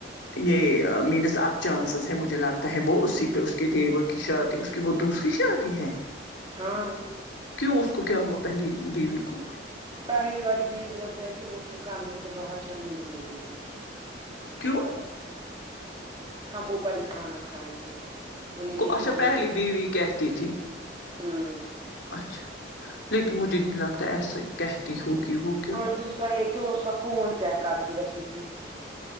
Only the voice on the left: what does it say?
یہ مینس آب چانسز ہیں مجھے لگتا ہے وہ اسی پہ اس کے دیور کی شادی اس کہ وہ دوسری شادی ہے
کیوں اس کو کیا ہوا پہلی بیوی کو
کیوں
اچھا
پہلی بیوی کہتی تھی
اچھا لیکن مجھے نہیں لگتا ایسا کہتی ہوگی وہ کہ